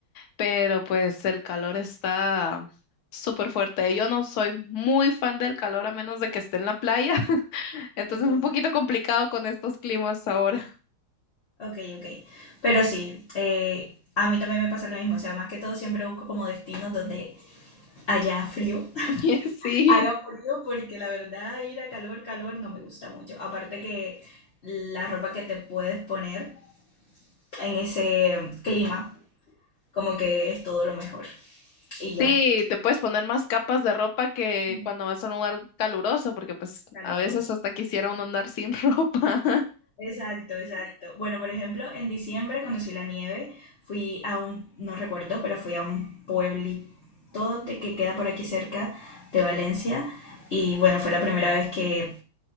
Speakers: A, on the left (about 75°); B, on the left (about 50°).
A: pero pues el calor está súper fuerte. Yo no soy muy fan del calor a menos de que esté en la playa, <laughs> entonces
B: Ok.
A: es un poquito complicado con estos climas ahora.
B: Ok, ok. Pero sí, eh, a mí también me pasa lo mismo. O sea, más que todo siempre busco como destinos donde haya frío, <laughs>
A: <laughs> Sí.
B: haga frío, porque la verdad ir a calor, calor no me gusta mucho. Aparte que la ropa que te puedes poner en ese clima, como que es todo lo mejor. Y ya.
A: Sí, te puedes poner más capas de ropa que
B: Mm.
A: cuando vas a un lugar caluroso, porque pues
B: Caluroso.
A: a veces hasta quisiera uno andar sin <laughs> ropa.
B: Exacto, exacto. Bueno, por ejemplo, en diciembre conocí la nieve, fui a un, no recuerdo, pero fui a un pueblito de que queda por aquí cerca de Valencia y bueno, fue la primera vez que,